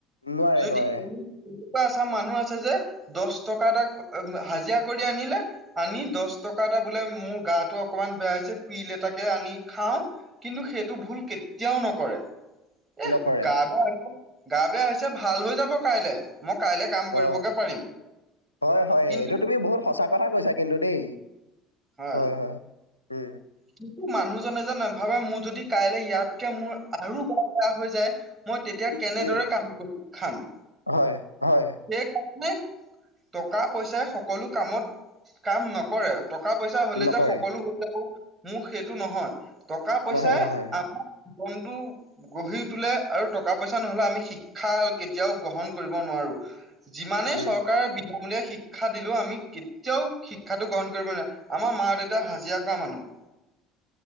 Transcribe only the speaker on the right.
যদি
এনেকুৱা এচাম মানুহ আছে যে দহ টকা এটা হাজিৰা কৰি আনিলে আনি দহ এটা বোলে মোৰ গাটো অকণমান বেয়া হৈছে পল এটাকে আনি খাও কিন্তু সেইটো ভুল কেতিয়াও নকৰে। এ
গা বেয়া হৈছে গা বেয়া হৈছে ভাল হৈ যাব কাইলে মই কাইলে কাম
কৰিবগে পাৰিম।
কিন্তু
হয়
কিন্তু মানুহজনে যে নাভাবে মোৰ যদি কাইলৈ ইয়াতকে মোৰ আৰু গা বেয়া হৈ যায় মই তেতিয়া
কেনেদৰে
কাম কৰি খাম
সেইকাৰণে টকা পইচাই সকলো কামত কাম নকৰে টকা পইচা হলে
যে সকলো হৈ যাব মোক সেইটো নহয় টকা-পইচাই
আমাৰ। জন্তু গঢ়ি উঠুলে আৰু টকা পইচা নহলে আমি শিক্ষা কেতিয়াও গ্ৰহণ কৰিব নোৱাৰো যিমানেই
চৰকাৰে বি বুলিয় শিক্ষা দিলোও আমি কেতিয়াও শিক্ষাো গ্ৰহণ কৰিব নোৱাৰো আমাৰ মা দেউতা হাজিৰা কৰা মানুহ